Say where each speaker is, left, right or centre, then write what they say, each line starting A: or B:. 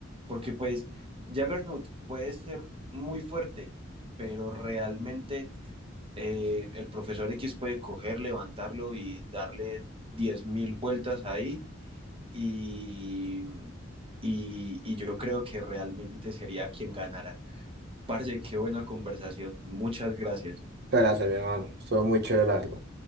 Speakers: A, on the right; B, on the right.
A: porque pues Juggernaut puede ser muy fuerte, pero realmente eh, el profesor X puede coger, levantarlo y darle 10.000 vueltas ahí y, y, y, yo creo que realmente sería quien ganara. Parce, qué buena conversación. Muchas gracias.
B: Muchas Gracias, mi hermano. Estuvo muy chévere la